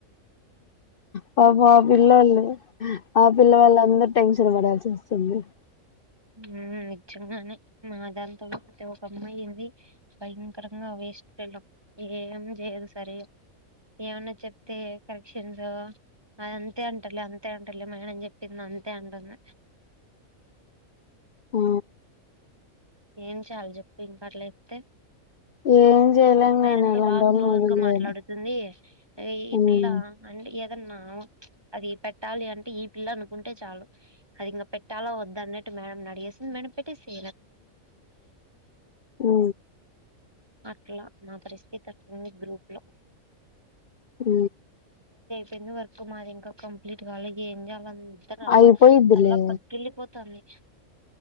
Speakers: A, on the left; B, on the right.
A: పాప ఆ పిల్లలు ఆ పిల్లవాళ్ళ అందరు టెన్షన్ పడాల్సి సే <unintelligible>
B: నిజంగానే మాతో వెతే ఒక అమ్మాయి ఉంధి భయంకరంగా అవే ఇష్టలో ఏమన్నా చేయదు సరే ఏమన్నా చెప్తే కరెక్షన్స్ అ అంతే అంటాల అంతే అంటారు మేడం చెప్పింద అంతే అంటన్న
A: ఆ
B: ఎమ్ చెయాలి చెప్పు ఇంకా అట్లా చెప్తే
A: ఏం చేయలేం
B: మేడంతో
A: గాని అలాంటోళ్ళని
B: బాగా క్లోజ్
A: వదిలేయాలి
B: గా మాట్లాడుతుంది ఈ
A: ఉమ్
B: పిల్ల అంటే అదన్నా అది పెట్టాలి అంటే ఈ పిల్ల అనుకుంటే చాలు అది ఇంకా పెట్టా వద్ద అన్నట్టు మేడం అడిగేసింది మేడం పెట్టేసి
A: ఉ
B: అట్లా మా పరిస్థితి అట్లంది గ్రూప్ లో
A: ఉ
B: పెందు వరకు మాది ఇంకా కంప్లీట్గా అలాగ ఏం చేయాలి అందరు అలా
A: అయిపోయిద్దిలే
B: తల్లా పగ్గిలిపోతుంది ఇ